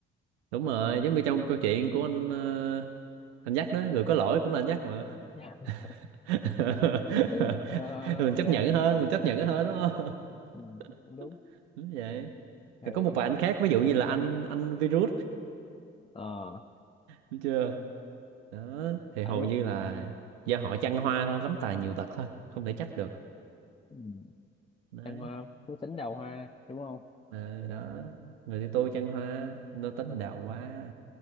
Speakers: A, on the right; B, on the left.
A: đúng rồi giống như trong câu chuyện của anh ờ, anh dắt đó người có lỗi cũng là anh dắt mà
B: Dạ.
A: <laughs>
B: <laughs> Ờ,
A: mình
B: ok.
A: chấp nhận hơn mình
B: ok.
A: chấp nhận hơn đúng không
B: Ừ, cũng đúng.
A: <laughs> đúng vậy
B: Thì
A: Rồi có một vài anh khác ví dụ như là anh anh virus
B: ờ
A: đúng chưa đó thì
B: phải-
A: hầu như là do họ chăn hoa thôi lắm tài nhiều tật thôi không thể trách được
B: ừ,
A: đấy
B: đang ờ, phú tính đầu ha, đúng không?
A: Ờ, đó người thì tôi chăn hoa nó tính đào hoa